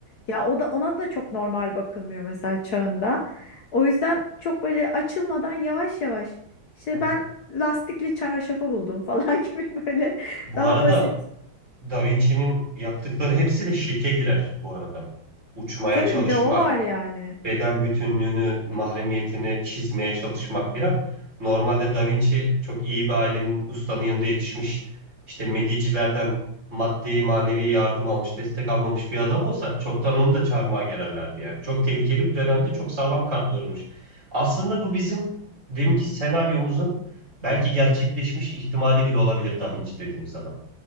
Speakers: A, on the left; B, on the right.
A: Ya o da ona da çok normal bakılmıyor mesela çağında. O yüzden çok böyle açılmadan yavaş yavaş işte
B: Evet.
A: ben lastikli çarşafı buldum falan <laughs> gibi böyle
B: Bu
A: daha
B: arada
A: basit.
B: Da Vinci'nin yaptıkları hepsi de şirke girer bu arada. Uçmaya
A: Tabii
B: çalışmak,
A: bir de o var yani.
B: beden bütünlüğünü, mahremiyetini çizmeye çalışmak filan. Normalde Da Vinci çok iyi bir ailenin ustanın yanında yetişmiş, işte Medici'lerden maddi manevi yardım almış, destek almamış bir adam olsa çoktan onu da çarmıha gererlerdi yani. Çok tehlikeli bir dönemde çok sağlam kartlanmış. Aslında bu bizim deminki senaryomuzun belki gerçekleşmiş ihtimali bile olabilir Da Vinci dediğimiz adam.